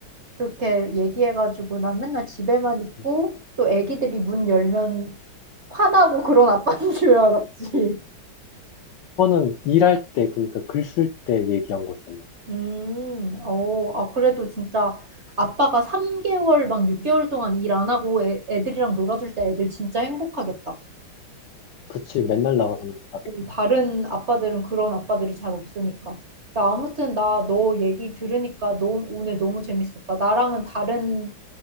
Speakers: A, on the right; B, on the left.
A: 그렇게 얘기해가지고 난 맨날 집에만 있고
B: 음.
A: 또 애기들이 문 열면 화나고 그런 아빠인 줄 알았지.
B: 그거는 일할 때, 그러니까 글 쓸 때 얘기한 거잖아.
A: 음, 어, 아, 그래도 진짜 아빠가 3개월 막 6개월 동안 일 안 하고 애, 애들이랑 놀아줄 때 애들 진짜 행복하겠다.
B: 그치, 맨날 나가서 놀지 밖에서.
A: 음, 다른 아빠들은 그런 아빠들이 잘 없으니까. 야, 아무튼 나 너 얘기 들으니까 너, 오늘 너무 재밌었다. 나랑은 다른